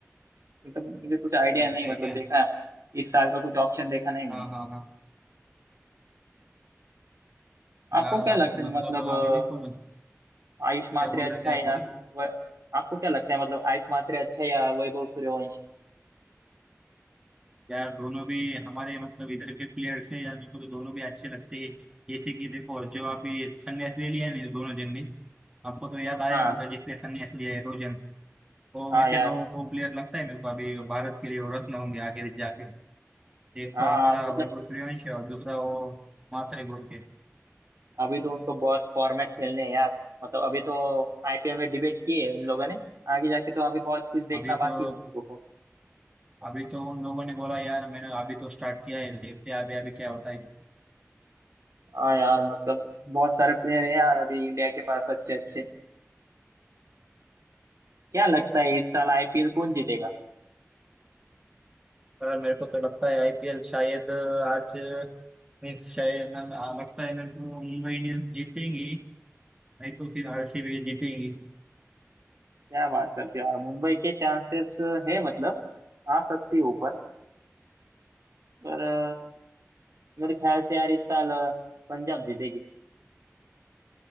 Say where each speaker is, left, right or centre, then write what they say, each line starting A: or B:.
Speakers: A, on the right (about 80°); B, on the right (about 15°).
A: मतलब मुझे कुछ आइडिया
B: ऐसे
A: नहीं मतलब
B: है क्या
A: देखा इस साल का कुछ ऑप्शन देखा नहीं मैंने
B: हाँ हाँ हाँ
A: आपको
B: यार
A: क्या
B: आप
A: लगता है
B: मतलब
A: मतलब अ,
B: अभी देखो ना
A: आयुष मात्रे
B: क्या बोल
A: अच्छा
B: रहे थे
A: है
B: आप
A: या
B: बोलो
A: व, आपको क्या लगता है मतलब आयुष मात्रे अच्छा है या वैभव सूर्यवंशी
B: यार दोनों भी हमारे मतलब इधर के प्लेयर्स हैं यार मेरे को तो दोनों भी अच्छे लगते हैं जैसे कि देखो जो आप भी संन्यास ले लिया है ना दोनों जन ने आपको तो याद आया
A: हाँ
B: होगा जिसने संन्यास लिया है दो जन वो
A: हाँ
B: वैसे
A: यार
B: दो प्लेयर लगता है मेरे को अभी भारत के लिए वो रत्न होंगे आगे जाके एक
A: हाँ
B: तो हमारा
A: मतलब
B: वैभव सूर्यवंशी और दूसरा वो मात्रे गुड़ के
A: अभी तो उनको बहुत फॉर्मेट खेलने हैं यार मतलब अभी तो आईपीएल में डिबेट किए हैं इन लोगों ने आगे जाके तो अभी बहुत कुछ देखना
B: अभी
A: बाकी
B: तो
A: है उन लोगों को
B: अभी तो उन लोगों ने बोला यार मैंने अभी तो स्टार्ट किया है देखते हैं अभी अभी क्या होता है
A: हाँ यार मतलब बहुत सारे प्लेयर हैं यार अभी इंडिया के पास अच्छे अच्छे क्या लगता है इस साल आईपीएल कौन जीतेगा
B: सर मेरे को तो लगता है आईपीएल शायद आज मीन्स शायद मैं- आ, लगता है मेरे को मुंबई इंडियंस जीतेंगी नहीं तो फिर आरसीबी जीतेंगी
A: क्या बात करते हो यार मुंबई के चांसेस है मतलब आ सकती है ऊपर पर अ, मेरे ख्याल से यार इस साल अ, पंजाब जीतेगी